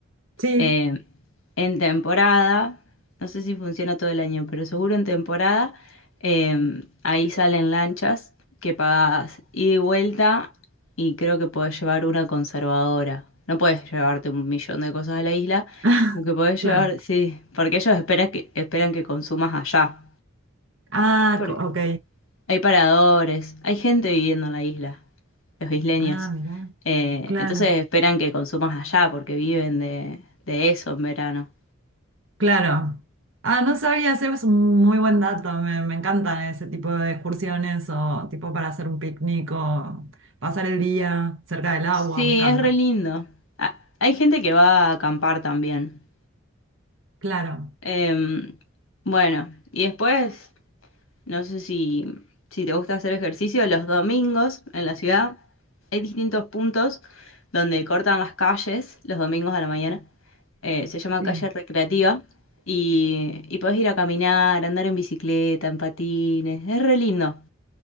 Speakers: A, on the right (about 65°); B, on the left (about 80°).
A: Sí,
B: Eh, en temporada, no sé si funciona todo el año, pero seguro en temporada, eh, ahí salen lanchas que pagas ida y vuelta y creo que podés llevar una conservadora. No podés llevarte un millón de cosas a la isla,
A: <laughs>
B: como que podés
A: claro.
B: llevar, sí, porque ellos esperan que, esperan que consumas allá.
A: Ah,
B: Porque
A: co- ok.
B: hay paradores, hay gente viviendo en la isla, los isleños.
A: Ah, mira,
B: Eh,
A: claro.
B: entonces esperan que consumas allá porque viven de, de eso en verano.
A: Claro. Ah, no sabía, ese es un muy buen dato. Me, me encantan ese tipo de excursiones o tipo para hacer un picnic o pasar el día cerca del agua,
B: Sí,
A: me encanta.
B: es re lindo. Ah, Hay gente que va a acampar también.
A: Claro,
B: Em, bueno, y después, no sé si, si te gusta hacer ejercicio, los domingos en la ciudad hay distintos puntos donde cortan las calles los domingos a la mañana. Eh, se llama
A: sí.
B: calle recreativa y, y podés ir a caminar, andar en bicicleta, en patines. Es re lindo.